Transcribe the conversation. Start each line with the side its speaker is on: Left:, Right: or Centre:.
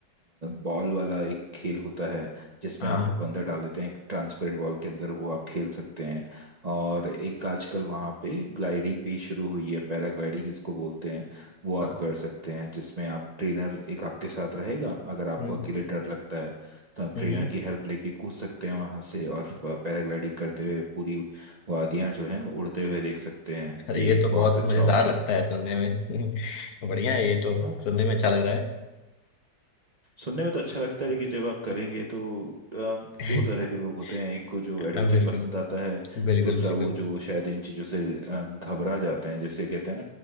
Right: बॉल वाला एक खेल होता है जिसमें
Left: हाँ
Right: आपको अंदर डाल देते हैं एक ट्रांसपेरेंट बॉल के अंदर वो आप खेल सकते हैं और एक आजकल वहाँ पे ग्लाइडिंग भी शुरू हुई है पैराग्लाइडिंग जिसको बोलते हैं वो आप
Left: हाँ
Right: कर सकते हैं जिसमें आप ट्रेनर एक आपके साथ रहेगा अगर आपको
Left: हम्म
Right: अकेले डर लगता है तो आप
Left: हम्म
Right: ट्रेनर
Left: हम्म।
Right: की हेल्प लेके कूद सकते हैं वहाँ से और पैराग्लाइडिंग करते हुए पूरी वादियाँ जो हैं उड़ते हुए देख सकते हैं
Left: अरे
Right: ये
Left: ये
Right: एक
Left: तो
Right: बहुत
Left: बहुत
Right: अच्छा
Left: मज़ेदार
Right: ऑप्शन
Left: लगता है सुनने में <laughs> बढ़िया है ये तो
Right: है
Left: सुनने में अच्छा लग रहा है
Right: सुनने में तो अच्छा लगता है लेकिन जब आप करेंगे तो अम,
Left: <laughs>
Right: दो तरह के लोग होते हैं एक को जो
Left: हाँ,
Right: एडवेंचर
Left: बिल्कुल
Right: पसंद आता है
Left: बिल्कुल
Right: दूसरा
Left: बिल्कुल
Right: वो जो शायद इन चीज़ों से अम, घबरा जाते हैं जैसे कहते हैं